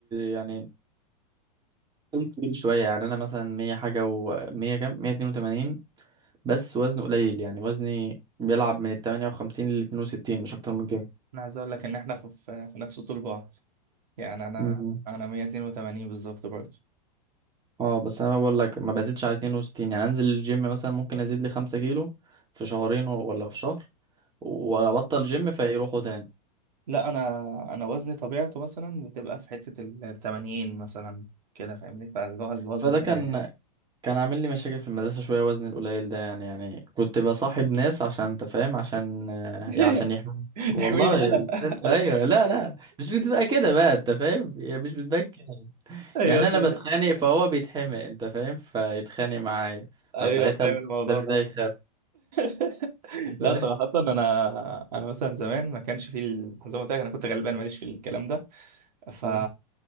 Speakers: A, on the right; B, on the right.
A: يعني وزنه تقيل شوية يعني أنا مثلا مية حاجة ومية كام مية اتنين وتمانين بس وزني قليل يعني وزني بيلعب من التمانية وخمسين لاتنين وستين مش أكتر من كده
B: انا عايز اقول لك ان احنا في في في نفس طول بعض يعني انا
A: مم.
B: انا 182 بالظبط برضه
A: اه بس أنا بقول لك ما بزيدش على اتنين وستين يعني أنزل الجيم مثلا ممكن أزيد لي خمسة كيلو في شهرين ولا في شهر وأبطل جيم فيروحوا تاني
B: لا انا انا وزني طبيعته مثلا بتبقى في حتة ال 80 مثلا كده فاهمني فاللي هو الوزن
A: فده
B: الطبيعي
A: كان
B: يعني
A: كان عامل لي مشاكل في المدرسة شوية وزني القليل ده يعني يعني كنت بصاحب ناس عشان انت فاهم عشان آه،
B: <laughs>
A: عشان يحموني والله
B: احميني يلا أنا-
A: ايوه لا لا مش بتبقى كده بقى انت فاهم هي مش بتبقى كده
B: ايوه
A: يعني انا
B: فاهم
A: بتخانق فهو بيتحمق انت فاهم فيتخانق معايا
B: ايوه
A: فساعتها
B: فاهم الموضوع
A: النبي
B: ده
A: ده يخاف
B: <laughs>
A: أنت
B: لا صراحة انا انا مثلا زمان ما كانش في ال- زي ما قلت لك انا كنت غلبان ماليش في الكلام ده ف
A: فاهم؟